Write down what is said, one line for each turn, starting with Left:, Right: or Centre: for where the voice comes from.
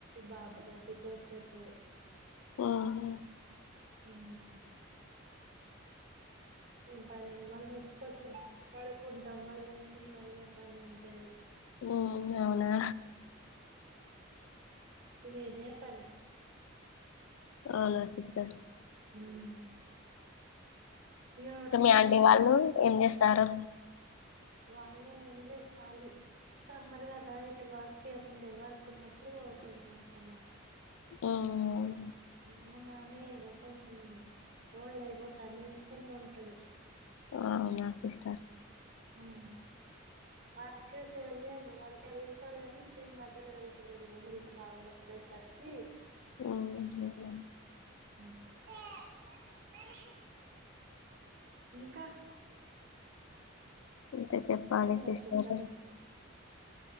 Right: బాబు తోటి కోసేపు
Left: ఆహా
Right: అమ్ ఏం పని మళ్ళీ ఇప్పుడు కొంచెం పడుకుంటాం మళ్ళా ఈవినింగ్ మళ్ళీ పని ఉంటది
Left: ఉమ్ అవునా
Right: ఇదిదే పని
Left: అవునా సిస్టర్
Right: హమ్ ఈగ రొటీన్
Left: మీ ఆంటీ
Right: అయితుంది
Left: వాళ్ళు ఏం చేస్తారు
Right: వాళ్ళే ఏమి లే కాలి సమ్మర్ కదా ఇటు వర్క్ ఏముండేది వర్క్ ఉన్నప్పుడు ఎప్రూవ్ అవుతుంది మాత్రమ్మా
Left: ఓమ్
Right: అమ్మ మామయ్యద కొంచెం ఓల్డ్ అయిపోతాడు ఇంచనే ఉంటాడు
Left: అవునా సిస్టర్
Right: ఉమ్ మార్కట్ వెళ్ళిం డా మళ్ళ ఎల్ డు కానీ ఇప్పుడు ఈ మధ్యలో వెళ్తలేడు ఇ హెల్త్ బాగుండకపోయేసరికి
Left: ఉమ్ అదేలే
Right: ఏ ఇంకా
Left: ఇంకా చెప్పాలి
Right: దాయి ఉన్నడు
Left: సిస్టరు
Right: పో దాయి